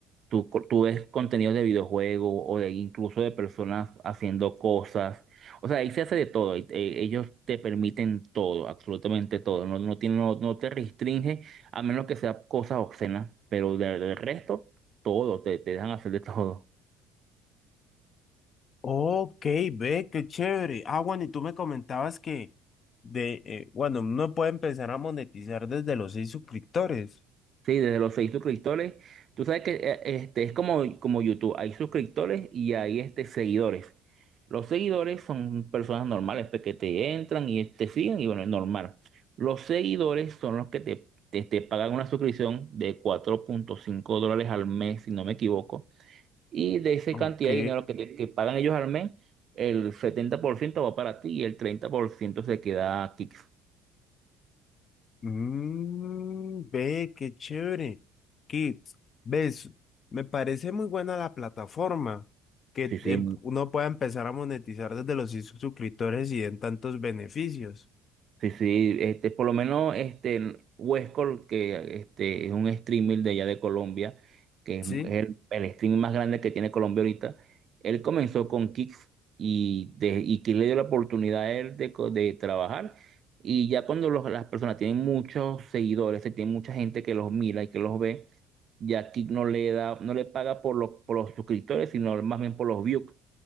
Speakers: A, on the right; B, on the left.
A: Tú, co- tú ves contenidos de videojuegos o de incluso de personas haciendo cosas. O sea, ahí se hace de todo. y, eh, ellos te permiten todo, absolutamente todo. No, no, tiene- no, no te restringe a menos que sea cosas obscenas, pero de- del resto, todo, te, te dejan hacer de todo.
B: Ok, ve, qué chévere. Ah, bueno, y tú me comentabas que de, eh, bueno, uno puede empezar a monetizar desde los seis suscriptores.
A: Sí, desde los seis suscriptores. Tú sabes que eh, este, es como, como YouTube. Hay suscriptores y hay este, seguidores. Los seguidores son personas normales pues, que te entran y te siguen y bueno, es normal. Los seguidores son los que te, te, te pagan una suscripción de cuatro punto cinco dólares al mes, si no me equivoco. Y de esa
B: Ok.
A: cantidad de dinero que, te- que pagan ellos al mes, el 70% va para ti y el 30% se queda aquí.
B: Mm, ve, qué chévere. Kids, ves, me parece muy buena la plataforma que
A: Sí, sí,
B: em- uno pueda empezar a monetizar desde los sus- suscriptores y den tantos beneficios.
A: Sí, sí, este, por lo menos este el Huescol, que este, es un streamer de allá de Colombia, que
B: ¿Sí?
A: es el, el streamer más grande que tiene Colombia ahorita, él comenzó con Kicks y, de, y Kix le dio la oportunidad a él de, co- de trabajar. Y ya cuando los- las personas tienen muchos seguidores, se tiene mucha gente que los mira y que los ve, ya Kix no le da, no le paga por los, por los suscriptores, sino más bien por los views.